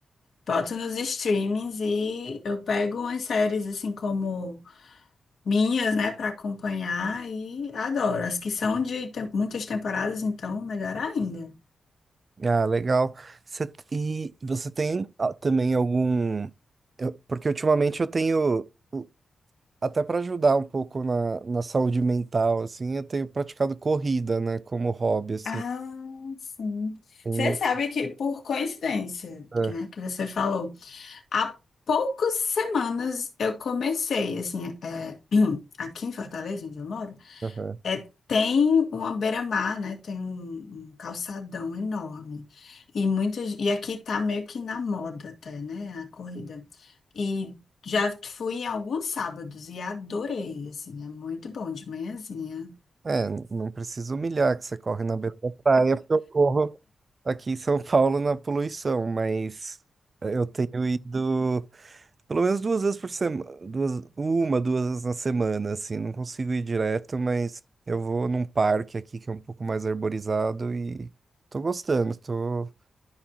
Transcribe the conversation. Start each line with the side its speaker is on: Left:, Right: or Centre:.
Left: boto nos streamings e eu pego umas séries assim como minhas, né, para acompanhar e adoro. As que são de tem- muitas temporadas, então, melhor ainda.
Right: Ah, legal. Você t- e você tem ah, também algum. eu- porque ultimamente eu tenho, o- até para ajudar um pouco na, na saúde mental, assim, eu tenho praticado corrida, né, como hobby, assim.
Left: Ah, sim.
Right: Tenho-
Left: Você sabe que, por coincidência,
Right: É,
Left: que, né, que você falou, há poucas semanas eu comecei, assim, é, <clears throat> aqui em Fortaleza, onde eu moro,
Right: aham.
Left: é, tem uma beira-mar, né? Tem um, um calçadão enorme. E muitas, e aqui tá meio que na moda até, né? A corrida. E já fui em alguns sábados e adorei, assim, é muito bom de manhãzinha.
Right: É, n- não preciso humilhar que você corre na beira da praia, porque eu corro aqui em São Paulo na poluição, mas eu tenho ido. Pelo menos duas vezes por semana, duas, uma, duas vezes na semana, assim. Não consigo ir direto, mas eu vou num parque aqui que é um pouco mais arborizado e tô gostando, tô. <laughs>